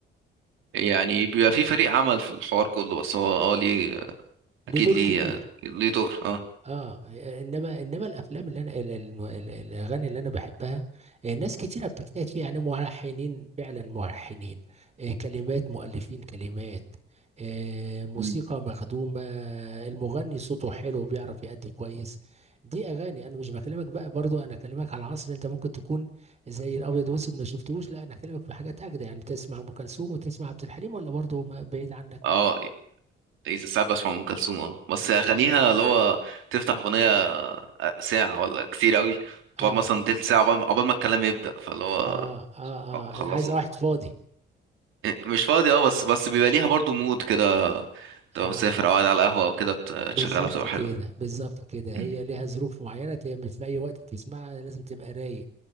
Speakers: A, on the right; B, on the right.
A: يعني بيبقى في فريق عمل في الحوار كله بس هو اه ليه
B: ليه
A: اكيد
B: دور
A: ليه
B: كبير
A: ليه دور اه
B: اه انما انما الافلام اللي انا ال- ال- ال- الاغاني اللي انا بحبها آه، ناس كتيره بتجتهد فيها يعني ملحنين فعلا ملحنين آه، كلمات مؤلفين كلمات آه، موسيقى
A: أمم.
B: مخدومه المغني صوته حلو بيعرف يأدي كويس دي اغاني انا مش بكلمك بقى برضو انا اكلمك على عصر انت ممكن تكون زي الابيض واسود ما شفتوش لا انا اكلمك في حاجات اجدى يعني تسمع ام كلثوم وتسمع عبد الحليم ولا برضو ما- بعيد عنك
A: اه إذا ساعات بسمع ام كلثوم اه بس اغانيها
B: اه
A: اللي هو تفتح اغنيه آه، ساعه ولا كتير قوي
B: اه
A: تقعد مثلا تلت ساعه عقبال عقبال ما الكلام يبدا فاللي هو
B: اه اه, آه.
A: خلصوا
B: عايز واحد فاضي
A: إيه، مش فاضي اه بس بس بيبقى ليها برضو مود كده تبقى
B: اه
A: مسافر او قاعد على القهوة او كده ت- تشغلها
B: بالظبط
A: بتبقى
B: كده
A: حلوة
B: بالظبط كده
A: مم.
B: هي ليها ظروف معينه ت- مش في اي وقت تسمعها لازم تبقى رايق